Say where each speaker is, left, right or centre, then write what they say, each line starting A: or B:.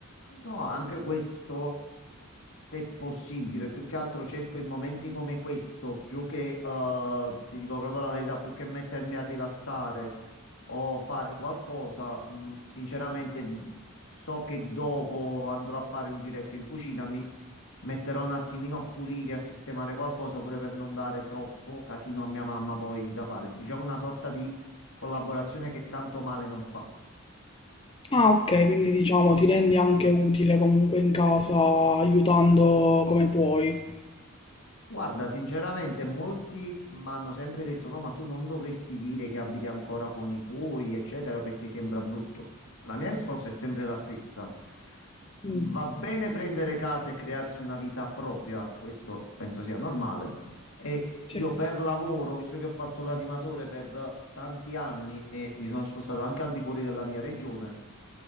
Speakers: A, on the left (about 75°); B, on the left (about 25°).
A: No, anche questo, se possibile, più che altro cerco in momenti come questo, più che, eh, ti dico proprio la verità, più che mettermi a rilassare o fare qualcosa, mh, sinceramente mh, so che dopo andrò a fare un giretto in cucina, mi metterò un attimino a pulire, a sistemare qualcosa, pure per non dare troppo casino a mia mamma poi da fare. Diciamo una sorta di collaborazione che tanto male non fa.
B: Ah, ok, quindi diciamo ti rendi anche utile comunque in casa aiutando come puoi.
A: Guarda, sinceramente molti mi hanno sempre detto no, ma tu non dovresti dire che abiti ancora con i tuoi, eccetera, perché sembra brutto. La mia risposta è sempre la stessa.
B: Mm,
A: Va bene prendere casa e crearsi una vita propria, questo penso sia normale. E
B: Sì.
A: io per lavoro, visto che ho fatto l'animatore per tanti anni e mi sono spostato anche al di fuori della mia regione,